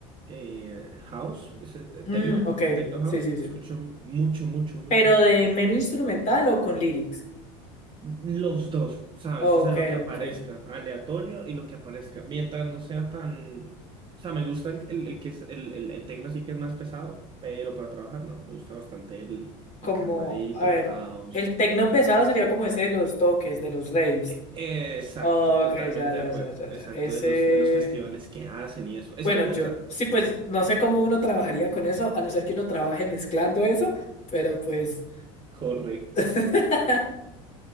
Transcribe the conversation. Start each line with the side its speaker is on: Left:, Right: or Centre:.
Right: eh, house, ese, eh,
Left: Mm,
Right: techno,
Left: ok,
Right: el techno house,
Left: sí, sí, sí.
Right: escucho mucho, mucho, mucho.
Left: Pero de mero instrumental o con lyrics.
Right: Los dos, ¿sabes?
Left: Ok,
Right: O sea, lo que aparezca,
Left: ok.
Right: aleatorio y lo que aparezca. Mientras no sea tan... O sea, me gusta el, el, el que es el, el, el techno sí que es más pesado, pero para trabajar no. Me gusta bastante el,
Left: Como,
Right: el calmadito,
Left: a ver,
Right: el house.
Left: el tecno pesado sería como ese de los toques, de los raves.
Right: E- Exacto,
Left: Ok,
Right: totalmente
Left: ya, ya,
Right: de acuerdo.
Left: ya, ya,
Right: Exacto,
Left: ya. Ese.
Right: de los, de los festivales que hacen y eso. Ese
Left: Bueno,
Right: me gusta.
Left: yo sí, pues no sé cómo uno trabajaría con eso, a no ser que uno trabaje mezclando eso, pero pues...
Right: Correcto.
Left: <laughs>